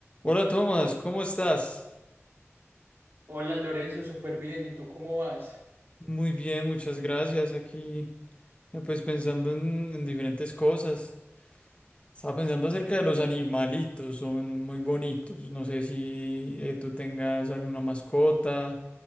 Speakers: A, on the left; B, on the right.
A: Hola Tomás, ¿cómo estás?
B: Hola Lorenzo, súper bien. ¿Y tú cómo vas?
A: Muy bien, muchas gracias. Aquí, eh, pues pensando en, en diferentes cosas. Estaba pensando acerca de los animalitos, son muy bonitos. No sé si eh, tú tengas alguna mascota